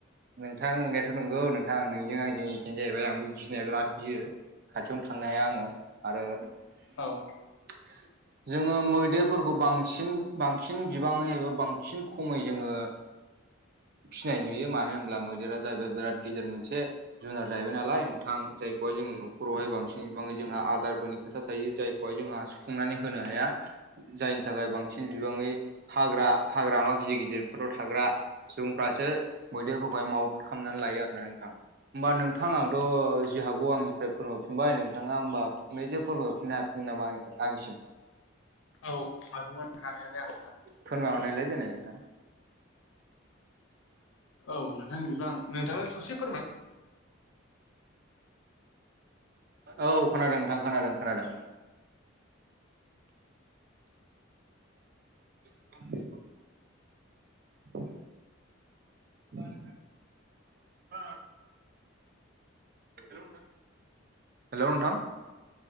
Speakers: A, on the right (about 45°); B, on the left (about 75°).
A: नोंथां नोंनायाथ' नंगौ नोंथां नोंजों आंजों एखेनो जाहैबाय आंबो गिनाया बिराद गियो खाथियावनो थांनाय हा आङो आरो
B: औ
A: <inaudible> जोङो मैदेरफोरखौ बांसिन बांसिन बिबाङै एबा बांसिन खमै जोङो फिनाय नुयो मानो होनब्ला मैदेरा जाहैबाय बिराद गिदिर मोनसे जुनार जाहैबाय नालाय नोंथां जायखौहाय जोंङो न'खरावहाय बांसिन बिबांङै जोंहा आदारफोरनि खोथा थायो जायखौहाय जोंहा सुफुंनानै होनो हाया। जायनि थाखाय बांसिन बिबाङै हाग्रा हाग्रामा गिदिर गिदिरफोराव थाग्रा सुबुंफ्रासो मैदेरफोरखौहाय माउट खालामनानै लायो आरोना नोंथां। होमबा नोंथां आंथ' जि हागौ आंनिफ्राय फोरमायफिनबाय नोंथाङा होमबा फंनैसो फोरमायफिननो हा होनना आंसिम
B: औ हागौमोन हानाया लाय आं
A: फोरमाय हरनायलाय देनाय नोंथां।
B: औ नोंथांनिबां नोंथां ससे फोरमाय
A: औ खोनादों नोंथां खोनादों खोनादों। <inaudible> <inaudible> हेल नोंथां हेल' नोंथां